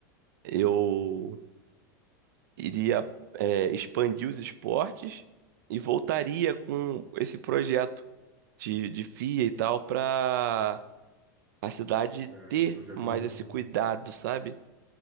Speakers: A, on the right (about 70°); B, on the right (about 30°).
A: Eu iria, é, expandir os esportes e voltaria com esse projeto de, de FIA e tal para a cidade
B: É,
A: ter
B: esse projeto
A: mais
B: é legal.
A: esse cuidado, sabe?